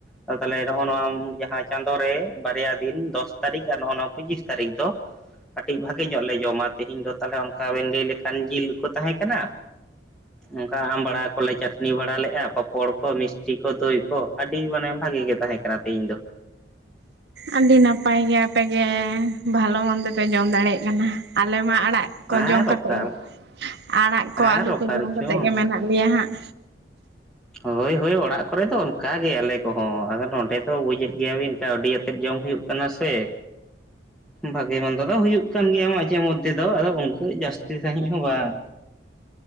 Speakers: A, in the centre; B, on the right.
A: ᱟᱫᱚ ᱛᱟᱦᱞᱮ ᱱᱚᱜ-ᱚ ᱱᱚᱣᱟ ᱡᱟᱦᱟᱸ ᱪᱟᱸᱫᱚ ᱨᱮ ᱵᱟᱨᱭᱟ ᱫᱤᱱ ᱫᱚᱥ ᱛᱟᱹᱨᱤᱠᱷ ᱟᱨ ᱱᱚᱜ-ᱚ ᱱᱚᱣᱟ ᱯᱚᱸᱪᱤᱥ ᱛᱟᱹᱨᱤᱠᱷ ᱫᱚ ᱠᱟᱹᱴᱤᱡ ᱵᱷᱟᱜᱮ ᱧᱚᱜ ᱞᱮ ᱡᱚᱢᱟ ᱛᱮᱤᱦᱤᱧ ᱫᱚ ᱛᱟᱦᱞᱮ ᱚᱱᱠᱟ ᱵᱮᱱ ᱞᱟᱹᱭ ᱞᱮᱠᱷᱟᱱ ᱡᱤᱞ ᱠᱚ ᱛᱟᱦᱮᱸ ᱠᱟᱱᱟ᱾ ᱚᱱᱠᱟ ᱟᱢᱵᱲᱟ ᱠᱚᱞᱮ ᱪᱟᱹᱴᱱᱤ ᱵᱟᱲᱟ ᱞᱮᱜ-ᱟ, ᱯᱟᱯ ᱯᱟᱯᱚᱲ ᱠᱚ, ᱢᱤᱥᱴᱤ ᱠᱚ, ᱫᱳᱭ ᱠᱚ, ᱟᱹᱰᱤ ᱢᱟᱱᱮ ᱵᱷᱟᱜᱮ ᱜᱮ ᱛᱟᱦᱮᱸ ᱠᱟᱱᱟ ᱛᱮᱦᱮᱧ ᱫᱚ᱾
B: ᱟᱹᱰᱤ ᱱᱟᱯᱟᱭ ᱜᱮ ᱟᱯᱮᱜᱮ ᱵᱷᱟᱞᱚ ᱢᱚᱱᱫᱚ ᱯᱮ ᱡᱚᱢ ᱫᱟᱲᱮᱭᱟᱜ ᱠᱟᱱᱟ᱾ ᱟᱞᱮ ᱢᱟ ᱟᱲᱟᱜ ᱠᱚ
A: ᱟᱨ
B: ᱡᱚᱢ ᱠᱟᱛᱮᱫ
A: ᱚᱠᱟ
B: ᱜᱮ, ᱟᱲᱟᱜ ᱠᱚ
A: ᱟᱨ
B: ᱟᱹᱞᱩ
A: ᱚᱠᱟ
B: ᱠᱚ ᱡᱚᱢ
A: ᱨᱮᱪᱚᱝ
B: ᱠᱟᱛᱮᱫ ᱜᱮ ᱢᱮᱱᱟᱜ ᱞᱮᱭᱟ ᱦᱟᱸᱜ᱾
A: ᱦᱳᱭ ᱦᱳᱭ ᱚᱲᱟᱜ ᱠᱚᱨᱮ ᱫᱚ ᱚᱱᱠᱟ ᱜᱮ ᱟᱞᱮ ᱠᱚᱦᱚᱸ ᱟᱫᱚ ᱱᱚᱸᱰᱮ ᱫᱚ ᱵᱩᱡᱮᱫ ᱜᱮᱭᱟᱵᱤᱱ ᱠᱟᱣᱰᱤᱭᱟᱛᱮᱫ ᱡᱚᱢ ᱦᱩᱭᱩᱜ ᱠᱟᱱᱟ ᱥᱮ᱾ ᱵᱷᱟᱜᱮ ᱢᱚᱱᱫᱚ ᱫᱚ ᱦᱩᱭᱩᱜ ᱠᱟᱱ ᱜᱮᱭᱟ ᱢᱟᱡᱷᱮ ᱢᱚᱫᱽᱫᱷᱮ ᱫᱚ ᱟᱫᱚ ᱚᱱᱠᱟ ᱡᱟᱹᱥᱛᱤ ᱥᱟᱦᱤᱡ ᱦᱚᱸ ᱵᱟᱝ᱾